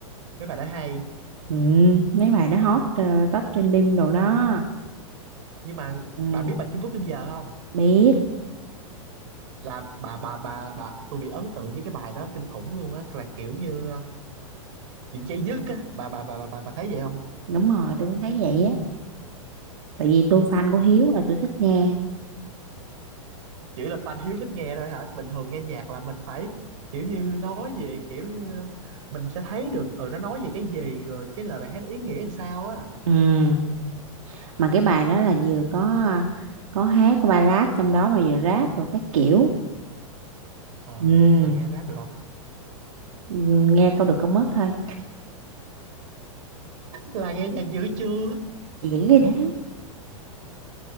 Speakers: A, on the right (about 65°); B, on the right (about 80°).
A: mấy bài đó hay
B: ừ. mấy bài nó hot ờ, top trending đồ đó
A: nhưng mà
B: Ừ,
A: bà biết bài Kim Phúc Kim Giờ không
B: biết,
A: là bà bà bà bà tôi bị ấn tượng với cái bài đó kinh khủng luôn á là kiểu như ờ, kiểu dây dứt á bà bà bà bà bà, bà thấy vậy không
B: đúng rồi, tôi cũng thấy vậy á. Tại vì tôi fan của Hiếu là tôi thích nghe.
A: kiểu là fan hiếu thích nghe thôi hả bình thường nghe nhạc là mình phải kiểu như nói về kiểu như, ờ, mình sẽ thấy được ừ nó nói về cái gì rồi cái lời bài hát ý nghĩa làm sao á
B: Ừ, mà cái bài đó là vừa có có hát ballad trong đó mà vừa rap rồi các kiểu.
A: Ờ,
B: Ừ,
A: bà nghe rap được không
B: ừ, nghe câu được câu mất thôi.
A: là nghe nhạc dữ chưa
B: Thì giữ cái đó